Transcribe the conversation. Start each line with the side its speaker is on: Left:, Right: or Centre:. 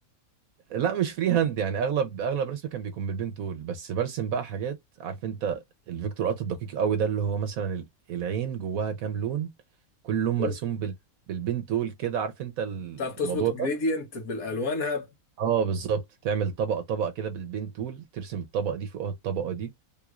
Right: <laughs> لا مش فري هاند يعني اغلب اغلب رسمي كان بيكون بالبين تول بس برسم بقى حاجات عارف انت الفيكتور ارت الدقيق قوي ده اللي هو مثلا ال- العين جواها كام لون كل لون مرسوم
Left: أوه.
Right: بال بالبين تول كده عارف انت الموضوع
Left: بتعرف تظبط الجريدينت
Right: ده
Left: بالالوانها
Right: اه بالظبط تعمل طبقه طبقه كده بالبين تول ترسم الطبقه دي فوقها الطبقه دي